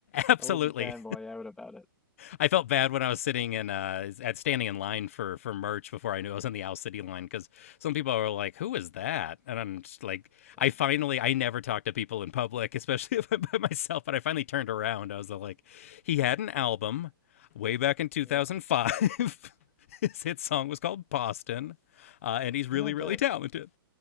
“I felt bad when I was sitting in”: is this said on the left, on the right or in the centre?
Left